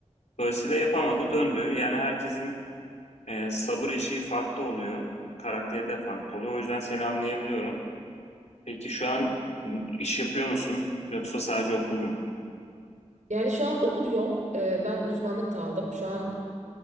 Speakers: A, on the left; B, on the right.
A: Dolayısıyla yapamadı. Döndü. Yani herkesin e, sabır eşiği farklı oluyor. Karakteri de farklı oluyor. O yüzden seni anlayabiliyorum. Peki şu an iş yapıyor musun? Yoksa sadece okul mu?
B: Yani şu an okul yok. Ee, ben uzmanlık da aldım. Şu an